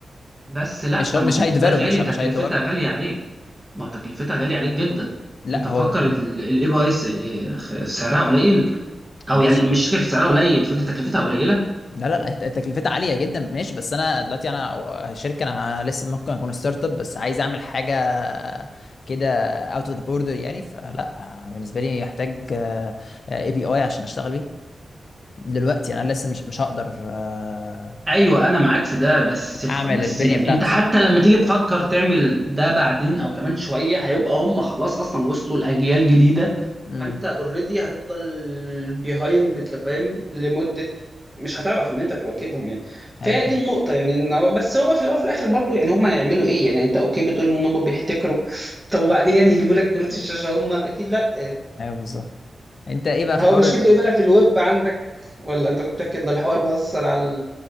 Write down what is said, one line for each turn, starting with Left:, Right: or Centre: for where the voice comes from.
Right: بس لا
Left: مش هو مش
Right: ما هو
Left: هيديفلوب
Right: ده غالي
Left: مش ه-
Right: تكلفتها
Left: مش هيطورها
Right: غاليه عليك ما تكلفتها غالية عليك جدا
Left: لا
Right: انت مفكر
Left: هو
Right: الاي بي اي سعرها قليل
Left: ماشي
Right: او يعني مش فكرة سعرها قليل فكرة تكلفتها قليلة
Left: لا لا لا هت- تكلفتها عاليه جدا ماشي بس انا دلوقتي انا شركه انا أنا لسه ممكن اكون ستارت اب بس عايز اعمل حاجه كده اوت اوف ذا بوردر يعني فلا بالنسبه لي يحتاج اي بي اي عشان اشتغل بيه دلوقتي يعني انا لسه مش مش هقدر آه،
Right: ايوه انا معاك في ده بس خ-
Left: اعمل
Right: بس
Left: البنية
Right: يعني
Left: بتاعتي
Right: انت حتى لما تيجي تفكر تعمل ده بعدين او كمان شويه هيبقى هم خلاص اصلا وصلوا لاجيال جديده
Left: امم
Right: فانت اوريدي هتفضل بيهايند انت فاهم لمده مش هتعرف ان انت تواكبهم يعني
Left: ايوه
Right: فهي دي
Left: ايوه
Right: النقطه يعني ان هو بس هو في الاول وفي الاخر برضه يعني هم هيعملوا ايه يعني انت اوكي بتقول ان هم بيحتكروا طب وبعدين يعني يجيبوا لك كروت الشاشه هم اكيد لا
Left: ايوه بالظبط انت ايه بقى في
Right: هو
Left: حوار
Right: مشكلته ايه بقى في الويب عندك ولا انت كنت بتحكي ان الحوار مأثر على